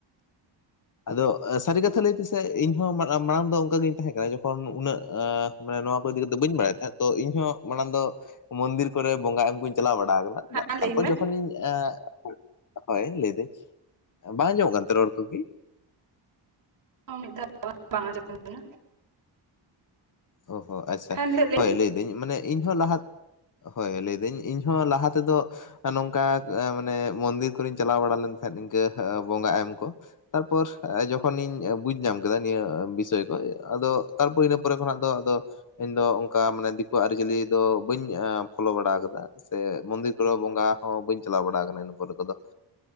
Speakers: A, on the left (about 40°); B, on the right (about 45°).
A: ᱟᱫᱚ ᱥᱟᱹᱨᱤ ᱠᱟᱛᱷᱟ ᱞᱟᱹᱭ ᱯᱮᱥᱮ ᱤᱧ ᱦᱚᱸ ᱢᱟᱜ ᱢᱟᱲᱟᱝ ᱫᱚ ᱚᱱᱠᱟ ᱜᱤᱧ ᱛᱟᱦᱮᱸ ᱠᱟᱱᱟ ᱡᱚᱠᱷᱚᱱ ᱩᱱᱟᱹᱜ ᱟ ᱢᱟᱱᱮ ᱱᱚᱣᱟ ᱠᱚ ᱤᱫᱤ ᱠᱟᱛᱮᱜ ᱵᱟᱹᱧ ᱵᱟᱲᱟᱭ ᱛᱟᱦᱮᱸᱫ ᱛᱚ ᱤᱧᱦᱚᱸ ᱢᱟᱲᱟᱝ ᱫᱚ ᱢᱩᱱᱫᱤᱨ ᱠᱚᱨᱮ ᱵᱚᱸᱜᱟ ᱮᱢ ᱠᱩᱧ ᱪᱟᱞᱟᱣ ᱵᱟᱲᱟ ᱠᱟᱱᱟ
B: ᱦᱮᱸ
A: ᱛᱟᱜ ᱛᱟᱨᱯᱚᱨ
B: ᱞᱟᱹᱭ ᱢᱮ
A: ᱡᱚᱠᱷᱚᱱᱤᱧ ᱮᱸ ᱦᱳᱭ ᱞᱟᱹᱭᱫᱟᱹᱧ ᱵᱟᱝ ᱟᱸᱡᱚᱢᱚᱜ ᱠᱟᱱ ᱛᱮ ᱨᱚᱲ ᱠᱚᱜᱤ ᱾
B: ᱢᱤᱫ ᱫᱷᱟᱣ <unintelligible> ᱵᱟᱝ ᱟᱸᱡᱚᱢ <unintelligible>
A: ᱚ ᱦᱚᱸ ᱟᱪᱪᱷᱟ
B: ᱦᱮᱸ ᱱᱤᱛᱚᱜ ᱞᱟᱹᱭ
A: ᱦᱳᱭ
B: ᱢᱮ
A: ᱞᱟᱹᱭᱫᱟᱹᱧ ᱢᱟᱱᱮ ᱤᱧ ᱦᱚᱸ ᱞᱟᱦᱟ ᱦᱳᱭ ᱞᱟᱹᱭᱫᱟᱹᱧ ᱤᱧᱦᱚᱸ ᱞᱟᱦᱟ ᱛᱮᱫᱚ ᱱᱚᱝᱠᱟ ᱮᱸ ᱢᱟᱱᱮ ᱢᱚᱱᱫᱤᱨ ᱠᱚᱨᱤᱧ ᱪᱟᱞᱟᱣ ᱵᱟᱲᱟ ᱞᱮᱱ ᱛᱟᱦᱮᱸᱫ ᱤᱱᱠᱟᱹ ᱮᱸ ᱵᱚᱸᱜᱟ ᱮᱢ ᱠᱚ ᱾ ᱛᱟᱨᱯᱚᱨ ᱡᱚᱠᱷᱚᱱᱤᱧ ᱵᱩᱡ ᱧᱟᱢ ᱠᱮᱫᱟ ᱱᱤᱭᱟᱹ ᱵᱤᱥᱚᱭ ᱠᱚ ᱟᱫᱚ ᱛᱟᱨᱯᱚᱨ ᱤᱱᱟᱹ ᱯᱚᱨᱮ ᱠᱷᱚᱱᱟᱜ ᱫᱚ ᱟᱫᱚ ᱤᱧ ᱫᱚ ᱚᱱᱠᱟ ᱢᱟᱱᱮ ᱫᱤᱠᱩ ᱟᱜ ᱟᱹᱨᱤᱪᱟᱹᱞᱤ ᱫᱚ ᱵᱟᱹᱧ ᱮᱸ ᱯᱷᱚᱞᱳ ᱵᱟᱲᱟ ᱟᱠᱟᱫᱟ ᱾ ᱥᱮ ᱢᱚᱱᱫᱤᱨ ᱠᱚᱨᱮ ᱵᱚᱸᱜᱟ ᱦᱚᱸ ᱵᱟᱹᱧ ᱪᱟᱞᱟᱣ ᱵᱟᱲᱟ ᱟᱠᱟᱱᱟ ᱤᱱᱟᱹ ᱯᱚᱨᱮ ᱠᱚᱫᱚ ᱾